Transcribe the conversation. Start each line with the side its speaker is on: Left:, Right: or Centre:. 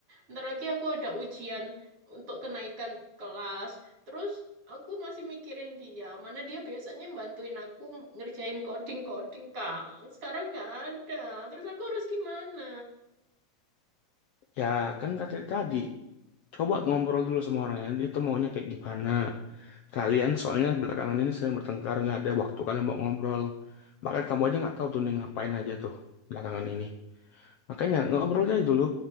Right: ntar lagi aku ada ujian untuk kenaikan kelas. Terus aku masih mikirin dia. Mana dia biasanya bantuin aku ngerjain coding-coding kak. Sekarang nggak ada. Terus aku harus gimana?
Left: Ya kan kata tadi coba ngobrol dulu sama orangnya dia tuh maunya kayak gimana kalian soalnya belakangan ini sering bertengkar nggak ada waktu kalian mau ngobrol bahkan kamu aja nggak tahu tuh dia ngapain aja tuh belakangan ini makanya ngobrol aja dulu